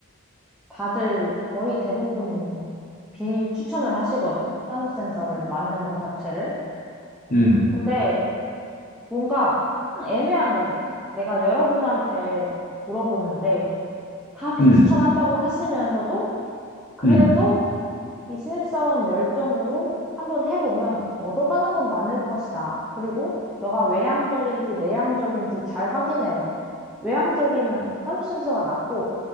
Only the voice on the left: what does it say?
음,
음,
음,